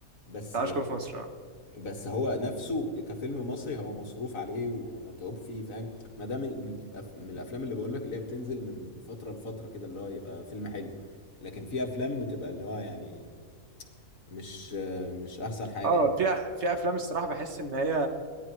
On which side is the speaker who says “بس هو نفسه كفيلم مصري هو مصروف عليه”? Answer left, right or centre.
Left